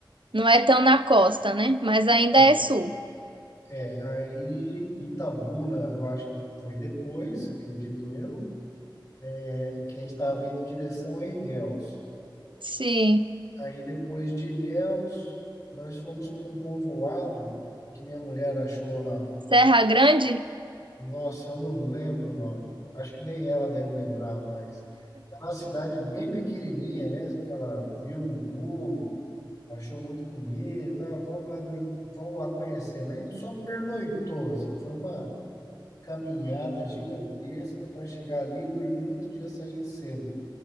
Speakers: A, on the right; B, on the left.
A: Não é tão na costa, né? Mas ainda
B: É.
A: é sul.
B: É, aí Itabuna, eu acho que foi depois, acredito eu. É, quem estava indo em direção a Ilhéus.
A: Sim.
B: Aí depois de Ilhéus, nós fomos para um povoado que minha mulher achou na.
A: Serra Grande?
B: Nossa, eu não lembro o nome. Acho que nem ela deve lembrar mais. Era uma cidade bem pequenininha mesmo, que ela viu no Google, achou muito bonita, ah, vamos lá, dur- vamos lá conhecer. Mas a gente só pernoitou, assim, foi uma caminhada gigantesca para chegar ali e dormir no outro dia sair cedo.